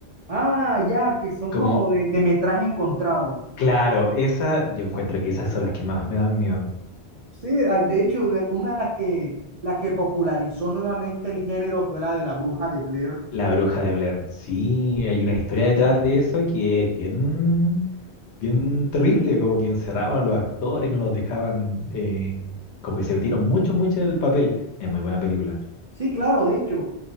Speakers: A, on the right (about 45°); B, on the left (about 80°).
A: Ah, ya, que son
B: Como,
A: como de, de metraje encontrado.
B: claro, esa, yo encuentro que esas son las que más me dan miedo.
A: Sí, ah, de hecho, de- una de las que, las que popularizó nuevamente el género fue la de la bruja de Blair.
B: La bruja de Blair. Sí, hay una historia detrás de eso que es bien. bien
A: Sí,
B: terrible, como que encerraban a los actores y no los dejaban, eh, como que se metieron mucho, mucho en el papel. Es muy buena película.
A: sí, claro, de hecho,